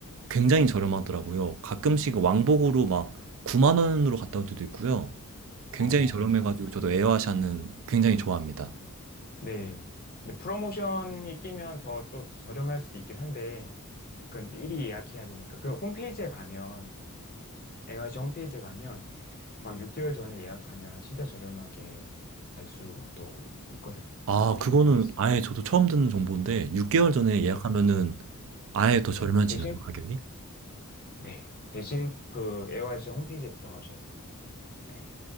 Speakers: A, on the right; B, on the left.
A: 굉장히 저렴하더라고요. 가끔씩 왕복으로 막 9만 원으로 갔다 올 때도 있고요. 굉장히
B: 어,
A: 저렴해가지고 저도 에어아시아는 굉장히 좋아합니다.
B: 네. 근데 프로모션이 끼면 더 또 저렴할 수도 있긴 한데, 그건 미리 예약해야 되니까. 그 홈페이지에 가면, a y 시 홈페이지에 가면, 막 6개월 전에 예약하면 진짜 저렴하게 갈 수도 있거든요.
A: 아,
B: 부킹할
A: 그거는
B: 수도 있습니다.
A: 아예 저도 처음 듣는 정보인데, 6개월 전에
B: 네.
A: 예약하면은 아예 더
B: 네.
A: 저렴해지나요,
B: 대신,
A: 가격이?
B: 네. 대신 그 a y 시 홈페이지에 들어가셔야 돼요. 네.